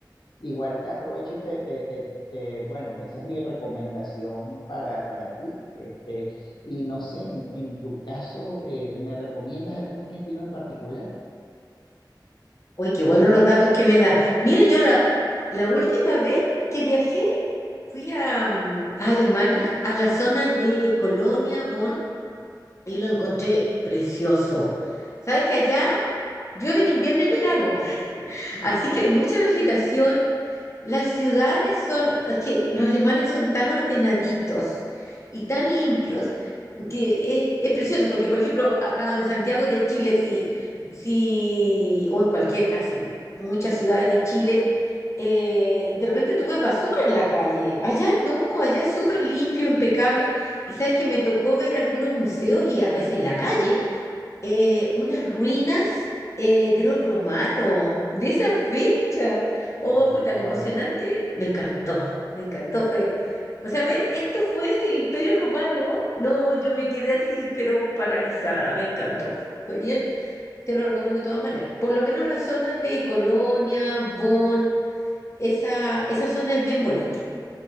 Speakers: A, on the left; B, on the left.
A: Igual te aprovecho y te, te, te, te- bueno, esa es mi recomendación para, para ti. Este, y no sé, en, en tu caso, eh, ¿me recomiendas algún destino en particular?
B: Uy, qué buenos los datos que me da. Mira, yo la, la última vez que viajé fui a, mm, a Alemania, a la zona de Colonia, Bonn, y lo encontré precioso. Sabes que allá llueve en invierno y verano, <laughs> así
A: Wow,
B: que hay mucha vegetación, las ciudades son, es que los alemanes son tan ordenaditos y tan limpios que es, es precioso, porque por ejemplo, acá en Santiago de Chile, sí, sí, o en cualquier casi, muchas ciudades de Chile, eh, de repente tú ves basura en la calle. Allá no, allá es súper limpio, impecable. Y sabes que me tocó ver algunos museos y a veces en la calle eh, unas ruinas eh, de los romanos, de esa fecha. Oh,
A: Ah,
B: fue tan
A: guau
B: emocionante, me encantó, me encantó, fue, o sea, ver, esto fue del Imperio Romano, no, yo me quedé así, pero paralizada, me encantó, fue bien, te lo recomiendo de todas maneras, por lo menos las zonas de Colonia, Bonn, esa, esa zona es bien bonita